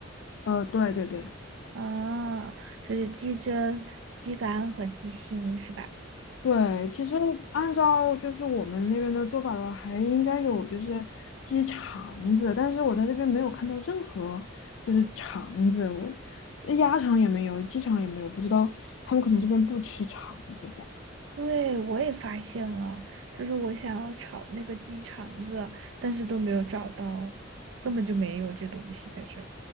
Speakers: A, on the left; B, on the right.
A: 呃，对对对。
B: 啊，所以就鸡胗、鸡肝和鸡心是吧？
A: 对，其实按照就是我们那边的做法的话，还应该有就是鸡肠子，但是我在这边没有看到任何就是肠子，我呃鸭肠也没有，鸡肠也没有，不知道他们可能这边不吃肠子吧？
B: 对，我也发现了，就是我想要炒那个鸡肠子，但是都没有找到，根本就没有这东西在这儿。